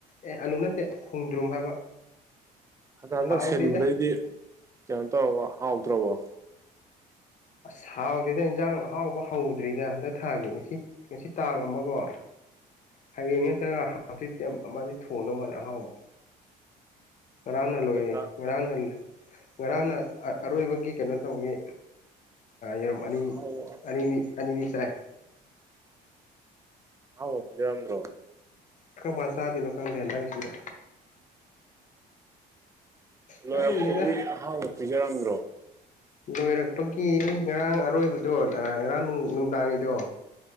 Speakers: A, on the left; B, on the right.
A: ꯑꯦ ꯑꯜꯂꯨ ꯅꯠꯇꯦ ꯈꯣꯡꯗ꯭ꯔꯨꯝ ꯍꯥꯏꯕ
B: ꯍꯟꯗꯛ ꯍꯟꯗꯛ
A: ꯍꯥꯎꯗꯦꯗ
B: ꯁꯤꯟꯕꯗꯩꯗꯤ ꯀꯩꯅꯣ ꯇꯧꯔꯒ ꯍꯥꯎꯗ꯭ꯔꯕꯣ
A: ꯑꯁ ꯍꯥꯎꯗꯗ ꯏꯟꯖꯥꯡ ꯑꯍꯥꯎꯕ ꯍꯧꯗ꯭ꯔꯤꯗ ꯍꯟꯗꯛ ꯊꯥꯒꯤ ꯉꯁꯤ ꯉꯁꯤ ꯇꯥꯡ ꯑꯃꯒꯣ ꯍꯌꯦꯡ ꯍꯆꯤꯤ ꯑꯃꯗꯤ ꯊꯣꯡꯗꯧ ꯃꯥꯜꯂꯦ ꯑꯍꯥꯎꯕ ꯔꯅ ꯂꯣꯏꯔ
B: ꯍꯦꯛꯇ
A: ꯔꯅ ꯔꯅ ꯑꯔꯣꯏꯕꯒꯤ ꯀꯩꯅꯣ ꯇꯧꯕꯒꯤ ꯑꯔꯣ ꯑꯅꯤ
B: ꯑꯍꯥꯎꯕ
A: ꯑꯅꯤꯅꯤ ꯑꯅꯤꯅꯤ ꯆꯥꯏ
B: ꯍꯥꯎꯝꯣ
A: ꯈꯔꯪ ꯃ ꯆꯥꯗꯣꯏꯅꯣ ꯈꯪꯗꯦ ꯍ ꯅꯪꯒꯤꯁꯤꯗ
B: ꯂꯣꯏꯔꯥꯛꯄꯗꯤ
A: ꯈꯪꯗꯦꯗ
B: ꯑꯍꯥꯡꯕ ꯄꯤꯖꯔꯝꯗ꯭ꯔꯣ
A: ꯂꯣꯏꯔꯛꯄꯒꯤ ꯉꯔꯥꯡ ꯑꯔꯣꯏꯕꯗꯣ ꯉꯔꯥꯡ ꯅꯨꯡꯗꯥꯡꯒꯤꯗꯣ